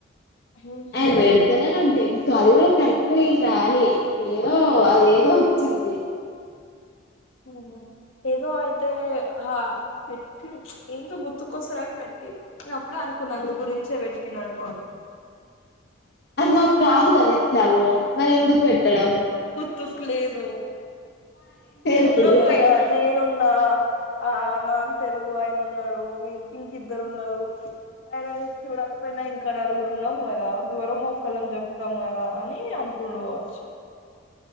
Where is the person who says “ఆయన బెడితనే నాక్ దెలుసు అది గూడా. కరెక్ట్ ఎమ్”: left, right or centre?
Left